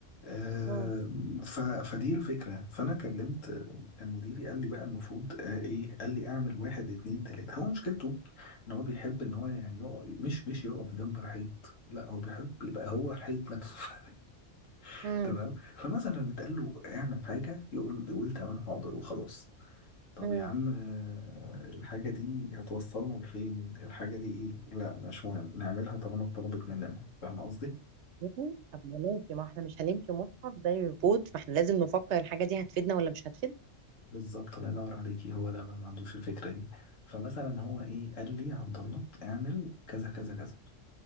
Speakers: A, on the left; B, on the right.
A: آه،
B: مم.
A: ف... فدي الفكرة فأنا كلمت كان مديري قال لي بقى المفروض آه، إيه قال لي أعمل واحد اتنين تلاتة هو مشكلته إن هو بيحب إن هو يعني يقف مش مش يقف جنب الحيط لا هو بيحب يبقى هو الحيط نفسه <laughs>
B: مم.
A: تمام فمثلا اتقال له اعمل حاجة يقول يقول تمام حاضر وخلاص طب
B: مم.
A: يا عم آه، الحاجة دي هتوصلنا لفين الحاجة دي إيه لا مش مهم نعملها طالما اتطلبت مننا فاهم قصدي
B: مم. طب ما ماشي ما احنا مش هنمشي مصحف زي ريبوت فاحنا لازم نفكر الحاجه دي هتفيدنا ولا مش هتفيدنا
A: بالظبط الله ينور عليكي هو ده بقى ما عندوش الفكره دي فمثلا هو ايه قال لي يا عبد الله اعمل كذا كذا كذا